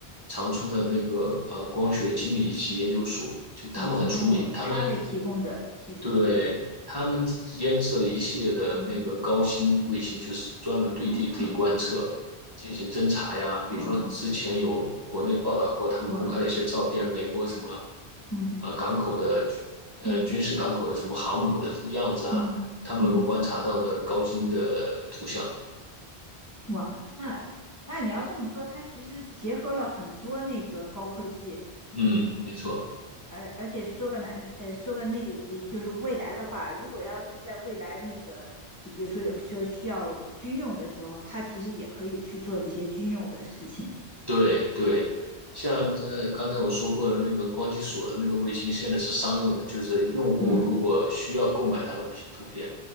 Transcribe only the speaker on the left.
哦，
他给提供的技术，
嗯，
哦，
哇
哇，
嗯
嗯
嗯嗯，
哇，那那你要这么说，它其实结合了很多那个高科技，
而而且说个难，呃，说个那个，也就是未来的话，如果要是在未来那个，就比如说有需要需要军用的时候，它其实也可以去做这些军用的事情。
嗯